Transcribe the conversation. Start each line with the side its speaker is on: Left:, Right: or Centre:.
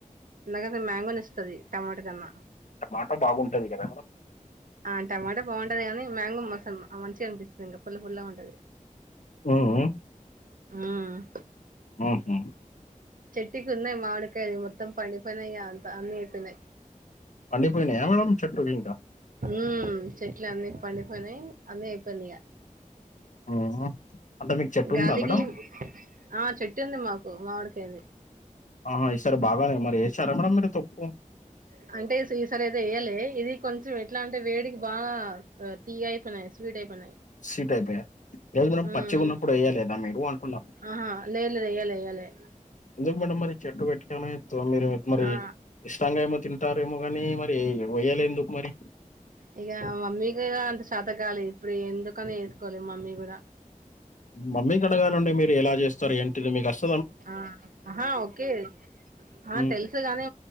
Right: నాగసల్ మ్యాంగో నిచ్చుతది టమాట కన్నా
Left: మాట బాగుంటది గదా మేడం
Right: ఆ టమాట బాగుంటది గానీ మ్యాంగో మసం అ మంచిగ అనిపిస్తది ఇంక పుల్ల పుల్ల పుల్లగుంటది
Left: ఊఉ
Right: మ్మ్
Left: ఊహు
Right: చెట్టుకి ఉన్నయ్ మామిడికాయ అది మొత్తం పండిపోనియిగా దాన్ని ఇపనై
Left: పండిపోయినాయా మేడం చెట్టుకి ఇంకా
Right: ఊమ్ చెట్లన్ని పండిపనీ అందె అయిపోయింది ఇగ
Left: ఊ హు అంటే మీకు చెట్టు
Right: గాలికి
Left: ఉందా మేడం
Right: ఆ చెట్టు ఉంది మాకు మావిడికైది
Left: ఆ ఈసారి బాగానే మరి ఏసారా మేడమ్ మీరు తొక్కు
Right: అ అంటే సీ సారి అయితే ఏయలే ఇది కొంచెం ఎట్లా అంటే, వేడికి బాగా తీయ్గ అయిపోనాయ్ స్వీట్ అయిపోనాయ్.
Left: సీట్ అయిపోయాయి లేదు మేడం
Right: ఊమ్
Left: పచ్చిగా
Right: అన్
Left: ఉన్నప్పుడు వేయలేదా మీరు అంటున్నా
Right: అహా లేద్ లే ఏయలే ఎయలే
Left: ఎందుకు మేడం మరి చెట్టు వెట్టినమే తో మీరు మరి
Right: ఆ
Left: ఇష్టంగా ఏమో తింటారేమో గానీ మరి ఎయవొ వెయ్యలే ఎందుకు మరి
Right: ఇగ మమ్మీకి అంత చాతకాలె ఇప్పుడు ఎందుకని ఏసుకోలె మమ్మీ గూడా
Left: మమ్మీ కడగానుండి మీరు ఎలా చేస్తారు ఏంటిది మీకు అస్
Right: ఆ అహా ఓకే ఆ
Left: ఉమ్,
Right: తెలుసుగానీ